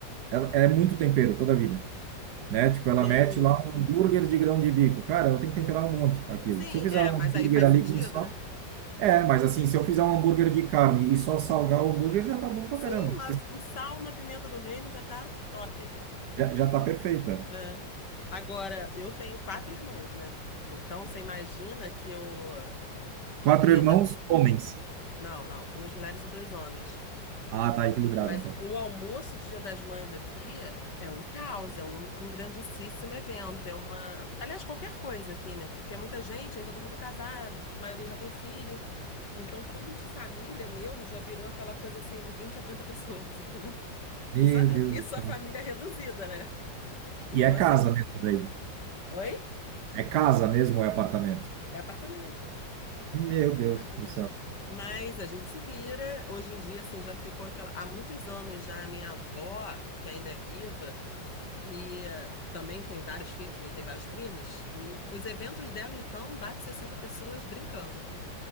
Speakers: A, on the right; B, on the left.
A: ela, é muito tempero toda a vida. Né? Tipo, ela
B: sim,
A: mete lá um hambúrguer de grão de bico. Cara, ela tem que temperar um monte aquilo.
B: sim,
A: Se eu fizer
B: é,
A: um
B: mas
A: hambúrguer
B: aí faz
A: ali
B: sentido,
A: com sal,
B: né?
A: É, mas assim, se eu fizer um hambúrguer de carne e só salgar o hambúrguer, já tá bom pra
B: Sim,
A: caramba.
B: mas um sal, uma pimenta do reino já tá top.
A: Já, já tá perfeito. é.
B: É. Agora, eu tenho quatro irmãos, né? Então, você imagina que eu.
A: Quatro
B: Dia
A: irmãos,
B: da.
A: homens.
B: Não, não, duas mulheres e dois homens.
A: Ah, tá equilibrado,
B: Mas
A: então.
B: o almoço de Dia das Mães aqui é um caos, é um, um grandíssimo evento. É uma. Aliás, qualquer coisa aqui, né? Porque é muita gente, aí todo mundo casado, a maioria já tem filho. Então, tudo de família meu já virou aquela coisa assim de 20 a 30 pessoas, <laughs> entendeu?
A: Meu
B: Isso,
A: Deus
B: isso
A: do céu.
B: a família é reduzida, né? Então,
A: E é
B: assim.
A: casa mesmo daí.
B: Oi?
A: É casa mesmo ou é apartamento?
B: É apartamento.
A: Meu Deus
B: Marta mesmo.
A: do céu.
B: Mas a gente se vira. Hoje em dia, assim, já ficou aquela. Há muitos anos já a minha avó, que ainda é viva, e eh, também tem vários filhos, eu tenho vários primos. hum, Os eventos dela, então, bate 60 pessoas brincando.